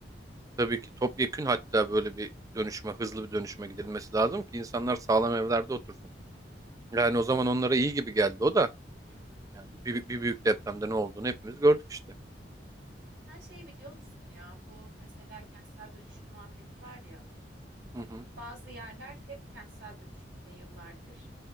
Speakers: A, on the right; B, on the right.
A: Tabii ki topyekün hatta böyle bir dönüşme, hızlı bir dönüşme gidilmesi lazım ki insanlar sağlam evlerde otursun. Yani o zaman onlara iyi gibi geldi o da.
B: Hı hı.
A: Yani bir, bir büyük depremde ne olduğunu hepimiz gördük işte.
B: Sen şeyi biliyor musun ya? Bu mesela kentsel dönüşüm muhabbeti var ya.
A: Hı hı,
B: Bazı yerler hep kentsel dönüşümde yıllardır.